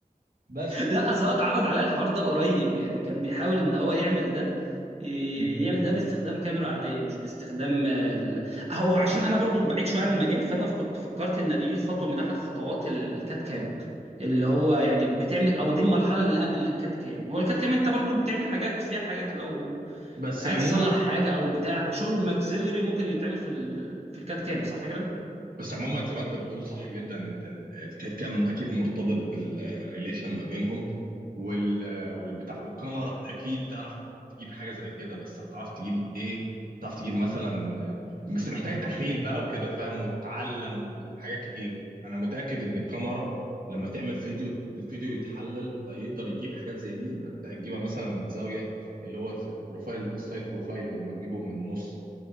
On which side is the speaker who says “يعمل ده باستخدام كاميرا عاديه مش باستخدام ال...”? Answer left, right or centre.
Right